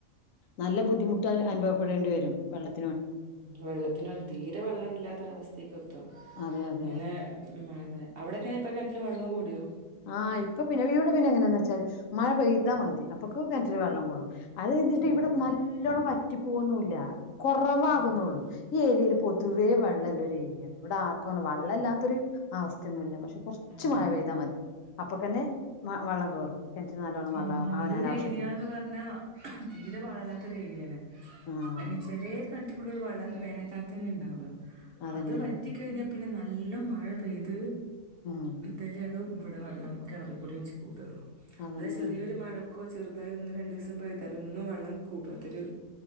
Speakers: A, on the left; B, on the right.
A: നല്ല ബുദ്ധിമുട്ട് അനുഭവപ്പെടേണ്ടി വരും വെള്ളത്തി
B: വെള്ളത്തിനാണ് തീരെ വെള്ളല്ലാത്തൊരവസ്ഥേക്കെത്തും
A: അതെ അതെ
B: ഇങ്ങനെ മ്മ് അതെ അവിടൊക്കെങ്ങനെ ഇപ്പൊ കെണറ്റില് വെള്ളം കൂടിയോ
A: ആഹ് ഇപ്പൊ പിന്നെ ഇവിടെ പിന്നെ എങ്ങനെന്ന് വെച്ചാല് മഴ പെയ്താ മതി അപ്പൊക്ക്‌ കെണറ്റില് വെള്ളം കൂടും അത് കരുതിട്ട്
B: ആഹ്
A: ഇവിടെ നല്ലോണം വറ്റിപ്പോവൊന്നുല്ല കൊറവാകുന്നുള്ളൂ
B: ഉം
A: ഈ ഏരിയയിൽ പൊതുവേ വെള്ളല്ലൊരു ഏരിയാണ് ഇവിടെ ആർക്കും അങ്ങനെ വള്ളല്ലാത്തൊരു അവസ്ഥയൊന്നുല്ല പക്ഷെ കൊറച്ച്
B: ആഹ്
A: മഴ പെയ്താ മതി അപ്പൊക്കെന്നെ വള്ളം കയറും കെണറ്റില് നല്ലോണം
B: ആ
A: വെള്ളാവും അവനാന്റെ
B: ഈ ഒരു
A: ആവശ്യത്തിന്
B: ഏരിയാന്ന് പറഞ്ഞാ തീരെ വള്ളല്ലാത്തൊരു ഏരിയാണ്
A: ഉം
B: എന്ന്ച്ചാല് കെണറ്റിക്കൂടിയൊള്ളു വള്ളം വേനക്കാലത്തെന്നെ ഇണ്ടാവ
A: അതന്നെ
B: അത് വ റ്റി കഴിഞ്ഞാ പിന്നെ നല്ലോം മഴ പെയ്ത്
A: ഉം
B: ന്റെടും ഇവടെ വള്ളം കിണറിക്കൂടി ഇഞ്ചി കൂടൊള്ളൂ
A: അതന്നെ
B: അല്ലെ ചെറിയൊരു മഴ ക്കൊ ചെറുതായി ഒന്ന് രണ്ടീസം പെയ്താലൊന്നും വെള്ളം കൂടാത്തൊരു